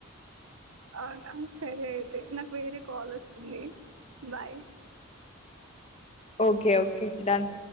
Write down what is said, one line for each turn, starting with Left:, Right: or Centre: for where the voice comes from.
Right: అవునా సరే అయితే నాకు వేరే కాల్ వస్తుంది బాయ్
Left: ఓకే ఓకే డన్